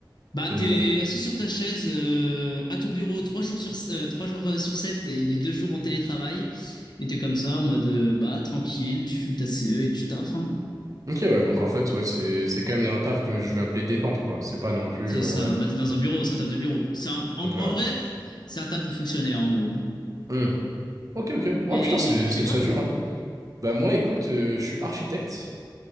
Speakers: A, on the left; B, on the right.
A: Bah,
B: Donc
A: t'es
B: bon.
A: assis sur ta chaise euh, à ton bureau trois jours sur, euh, trois jours euh, sur 7 et les deux jours en télétravail. Et t'es comme ça en mode euh, bah tranquille, tu fumes ta CE et tu taffes. hein.
B: Ok, ouais, donc en fait, ouais, c'est c'est quand même un taf que je vais appeler détente, quoi. C'est pas non plus.
A: C'est
B: euh,
A: ça. Bah, t'es dans un bureau, c'est un taf de bureau. C'est un- en,
B: Donc, euh,
A: en vrai, c'est un taf de fonctionnaire en gros.
B: hmm. Ok, ok. Ouais,
A: Et
B: putain, c'est
A: toi, tu
B: c'est
A: fais quoi?
B: ça dur, hein. Bah, moi, écoute, euh, je suis architecte.